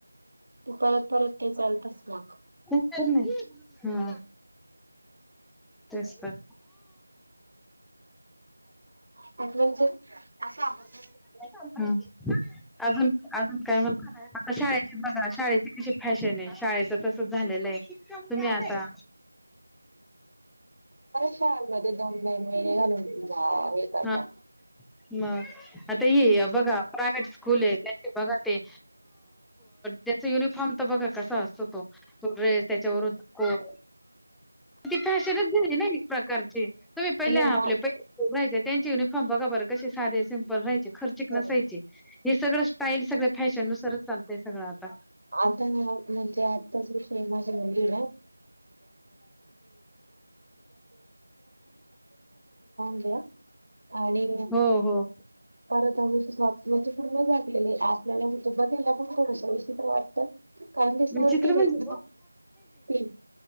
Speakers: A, on the right (about 65°); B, in the centre.
A: तू परत परत ते चालतस मग...
B: खूप नाही हा. तेच तर.
A: अ म्हणजे असं आपण म्ह.
B: ह अजून-अजून काय म्हनार. आता शाळेची बघा शाळेची कशी फॅशन आहे. शाळेच तसच झालेलं आहे की. तुम्ही
A: हो,
B: आता.
A: शालमध्ये दोन-दोन वेण्या घालून या येतासा.
B: हा मग. आता हे बघा प्रायव्हेट स्कूल आहे. त्याचे बघा ते त्यांच युनिफॉर्म. बघा कसा असतो तो. तो ड्रेस त्याच्यावरून कोट.
A: ह <unintelligible>
B: ती फॅशनच झाली ना एक प्रकारची तुम्ही
A: विषय
B: पहिल्या
A: नाही
B: आपल्या
A: हो
B: पहियच्या. त्यांचे युनिफॉर्म बघा बरं कसे साधे सिम्पल राहायचे. खर्चिक नसायचे
A: हो.
B: हे सगळं स्टाईल सगळ. फॅशन नुसारच चालंय सगळं आता.
A: आता ना म्हणजे आत्ताचा विषय आहे माझ्या मुली. <unintelligible> घ्या आणि
B: हो हो
A: परत अ <unintelligible> शॉप मध्ये पूर्ण झाकलले आहे. आपल्याला बघायेला पण फूड. विचित्र वाटत. कारण
B: विचित्र
A: ती
B: म्हणजे
A: <unintelligible> तीन.